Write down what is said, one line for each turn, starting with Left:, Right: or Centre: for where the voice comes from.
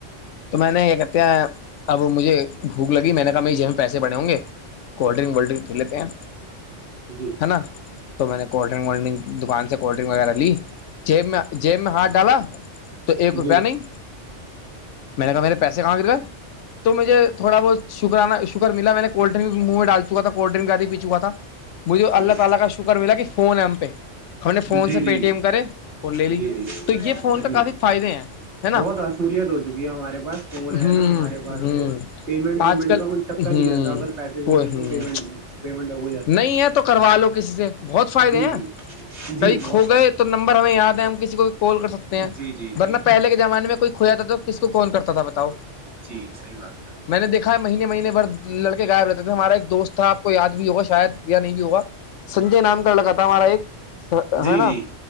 Left: تو میں نے یہ کہتے ہیں اب مجھے بھوک لگی میں نے کہا می جی میں پسے بڑے ہوں گے کولڈ ڈرن ووللڈرن پے لیتے ہیں
Right: جی
Left: ہے نا تو میں نے کولڈ ڈرنگ وڈرنگ دکان سے کولڈ ڈرنک وغیرہ لی جیب میں جیب میں ہاتھ ڈالا تو ایک
Right: جی
Left: روپیہ
Right: جی
Left: نہیں میں نے کہا میرے پیسے کم کر گ تو مجھے تھوڑا بہت شکرانہ شر شک ملا میں نے کولڈ ڈرک منہ میں ڈال چکا تھا کوڈ ڈرک کاد پی چکا تھا مجھے
Right: ہاں
Left: اللہ تعالی کا شکر ملا کہ فون ہے ہم پہ ہم نے فون
Right: جی
Left: سے
Right: جی
Left: پے ٹی ایم کرے اور لے لی
Right: جی جی
Left: تو یہ فون کا
Right: جی
Left: کافی فائدے ہیں ہے نا
Right: بہت اصولیت ہو چکی ہے ہمارے پاس فون ہے
Left: ہوں
Right: نا ہمارے پاس
Left: ہوں
Right: تو پیمنٹ وومنٹ
Left: آج کل
Right: کا کوئی چکر
Left: ہوں
Right: نہیں رہتا اگر پیسے بھی
Left: کو
Right: نہیں
Left: ہ
Right: ہے تو پیمنٹ پیمنٹ ہو جاتی
Left: نہیں
Right: ہے آرام
Left: تو
Right: سے
Left: کروا لو کسی سے بہت فائدے
Right: جی
Left: ہیں
Right: جی جی
Left: کئی کو
Right: بہت فائدہ
Left: گئے تو نمبر ہمیں یاد ہے ہم کسی کو بھی کال کر سکتے ہیں
Right: جی جی
Left: ورنہ
Right: جی
Left: پہلے کے زمانے میں کوئی کھویا تھا تو کس کون کرتا تھا بتاؤ
Right: جی صحی بات ہے
Left: میں نے دیکھا ہے مہینے مہینے بھر لڑکے غائب رہتے تھے ہمارا ایک دوست تھا آپ کو یاد بھی ہوگا شاید یا نہیں بھی ہوگا سنجے نام لڑکا تھا ہمارا ایک
Right: جی
Left: ہے نا
Right: جی